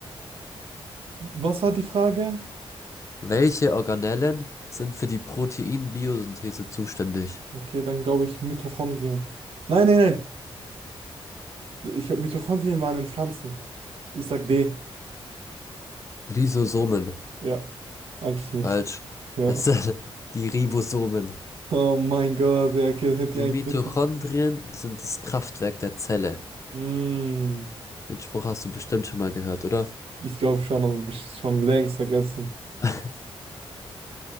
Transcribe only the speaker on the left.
Welche Organellen sind für die Proteinbiosynthese zuständig?
Lysosomen.
Falsch.
Es sind <laughs> die Ribosomen.
Die
Mitochondrien
sind das Kraftwerk der Zelle.
Den Spruch hast du bestimmt schon mal gehört, oder?
<laughs>